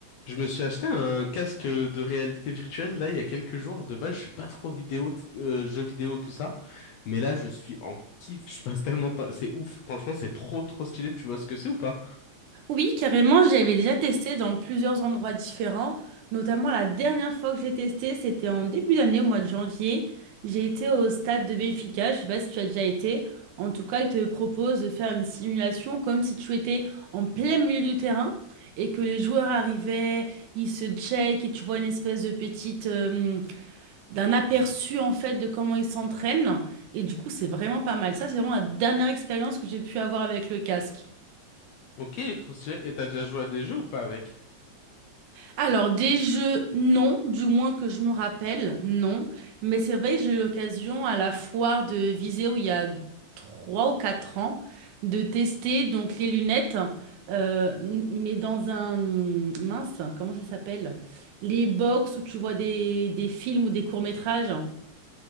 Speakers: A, on the left (about 75°); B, on the right (about 80°).
A: Je me suis acheté un casque de réalité virtuelle là il y a quelques jours. De base, je suis pas trop vidéo, t- euh, jeux vidéo, tout ça. Mais là, je suis en kiff. Je passe tellement de temps. C'est ouf. Franchement, c'est trop, trop stylé. Tu vois ce que c'est ou pas?
B: Oui, carrément, j'avais déjà testé dans plusieurs endroits différents. Notamment, la dernière fois que j'ai testé, c'était en début d'année, au mois de janvier. J'ai été au stade de Benfica. Je sais pas si tu as déjà été. En tout cas, il te propose de faire une simulation comme si tu étais en plein milieu du terrain et que les joueurs arrivaient, ils se checkent et tu vois une espèce de petite, euh, d'un aperçu en fait de comment ils s'entraînent. Et du coup, c'est vraiment pas mal. Ça, c'est vraiment la dernière expérience que j'ai pu avoir avec le casque.
A: Ok, trop stylé. Et t'as déjà joué à des jeux ou pas avec?
B: Alors, des jeux, non, du moins que je me rappelle, non. Mais c'est vrai que j'ai eu l'occasion à la foire de Viseo il y a trois ou quatre ans de tester donc les lunettes, euh, n- mais dans un mince, comment ça s'appelle? Les box où tu vois des, des films ou des courts-métrages.